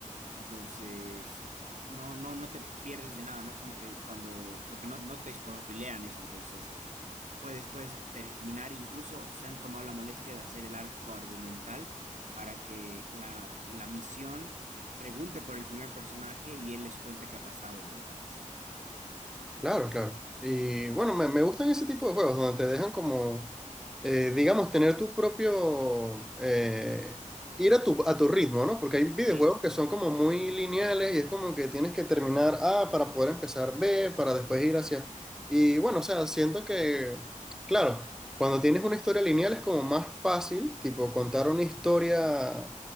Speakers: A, on the right (about 65°); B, in the centre.
A: Entonces, no, no, no te pierdes de nada, no es como que cuando, porque no, no te spoilean eso, entonces puede después terminar, incluso se han tomado la molestia de hacer el arco argumental para que la, la misión pregunte por el primer personaje y él les cuente qué ha pasado, digamos.
B: Claro, claro. Y bueno, me, me gustan ese tipo de juegos donde te dejan como, eh, digamos, tener tu propio, eh, ir a tu, a tu ritmo, ¿no? Porque hay videojuegos
A: Sí,
B: que son como muy lineales y es como que tienes que terminar A para poder empezar B, para después ir hacia... Y bueno, o sea, siento que, claro, cuando tienes una historia lineal es como más fácil, tipo, contar una historia,